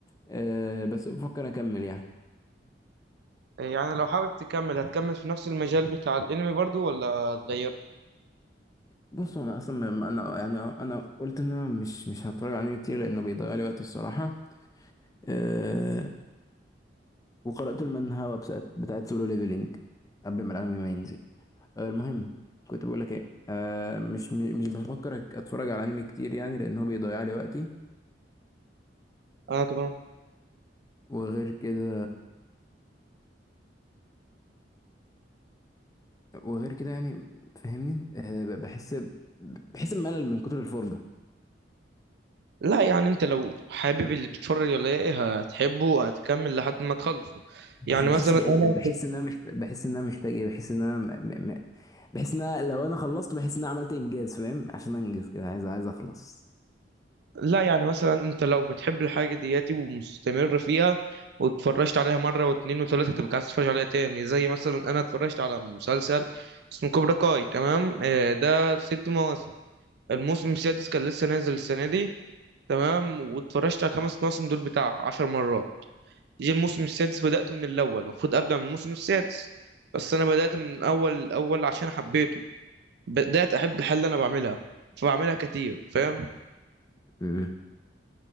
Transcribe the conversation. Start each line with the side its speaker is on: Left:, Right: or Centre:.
Left: أه بس بفكر اكمل يعني
Right: إيه يعني لو حابب تكمل هتكمل في نفس المجال بتاع الانمي برضو ولا تغير
Left: بص انا اصلا ما- ما- انا يعني انا قلت ان انا مش مش هتفرج على انمي كتير لانه بيضيع لي وقتي الصراحه أه وقرات المانهوا بتاعت بتاعت سولو ليفلينج قبل ما الانمي ما ينزل آه، المهم كنت بقول لك ايه آه مش م- مش بفكر أك- اتفرج على انمي كتير يعني لان هو بيضيع لي وقتي
Right: اه تمام
Left: وغير كده وغير كده يعني فاهمني آه ب- بحس ب- بحس بملل من كتر الفرجه
Right: لا يعني انت لو حابب اللي بتتفرج ولا ايه هتحبه هتكمل لحد ما تخلصه
Left: بح-
Right: يعني
Left: بحس
Right: مثلا
Left: بعيد
Right: انا
Left: بحس ان انا محتاج بحس ان انا محتاج ايه بحس ان انا م- م- م- بحس ان أنا لو انا خلصت بحس ان انا عملت انجاز فاهم عشان انجز كده عايز عايز اخلص
Right: لا يعني مثلا انت لو بتحب الحاجة دياتي ومستمر فيها واتفرجت عليها مرة واتنين وتلاتة هتبقى عايز تتفرج عليها تاني زي مثلا انا اتفرجت على مسلسل اسمه كوبرا كاي تمام آه، ده ست مواسم الموسم السادس كان لسه نازل السنة دي تمام واتفرجت على الخمس مواسم دول بتاع عشر مرات جه الموسم السادس بدأته من الأول المفروض أبدأ من الموسم السادس بس أنا بدأت من أول الأول عشان حبيته بدأت أحب الحاجة اللي أنا بعملها فبعملها كتير فاهم؟
Left: مم.